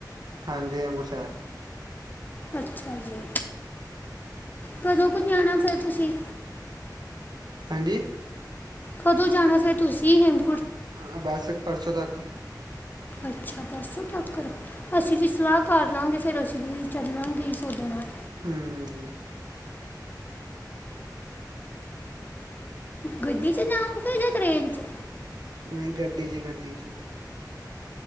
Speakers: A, on the right (about 70°); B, on the left (about 25°).
A: ਹਾਂਜੀ ਹੇਮਕੁਟ ਸਾਹਿਬ।
B: ਅੱਛਾ ਜੀ ਕਦੋਂ ਕੁ ਜਾਣਾ ਫੇਰ ਤੁਸੀਂ
A: ਹਾਂਜੀ।
B: ਕਦੋਂ ਜਾਣਾ ਫੇਰ ਤੁਸੀਂ ਹੇਮ
A: ਹਾਂ ਬਸ ਪਰਸੋਂ ਤੱਕ।
B: ਅੱਛਾ ਪਰਸੋਂ ਤੱਕ ਕਰੋ ਅਸੀਂ ਵੀ ਸਲਾਹ ਕਰ ਲਵਾਂਗੇ ਫਿਰ ਅਸੀਂ ਵੀ ਚੱਲਾਂਗੇ ਹੀ <unintelligible> ਨਾਲ
A: ਹੂੰ। ਹੂੰ। ਹਮ <inaudible>
B: ਗੱਡੀ ਚ ਜਾਂਊਗੇੇ ਯਾਂ ਟ੍ਰੇਨ ਚ
A: ਨਹੀਂ ਗੱਡੀ ਜੀ ਗੱਡੀ ਜੀ ਚ